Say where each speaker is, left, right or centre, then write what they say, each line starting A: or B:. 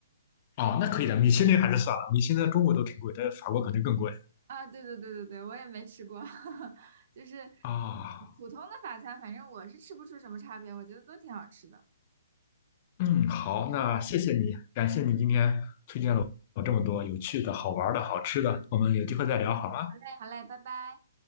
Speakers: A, on the left; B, on the right.
A: 哦，那可以的，米其林还是算了，米其林在中国都挺贵，在法国肯定更贵
B: 啊，对对对对对，我也没吃过，<laughs> 就是
A: 啊。
B: 普通的法餐，反正我是吃不出什么差别，我觉得都挺好吃的。
A: 嗯，好，那谢谢你，感谢你今天有这么多有趣的好玩的好吃的，我们有机会再聊好吗？
B: 好嘞，好嘞，拜拜。